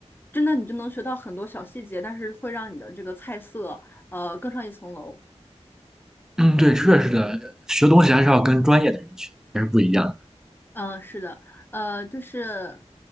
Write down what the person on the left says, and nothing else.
真的你就能学到很多小细节，但是会让你的这个菜色呃更上一层楼。
嗯，呃是的，呃，就是，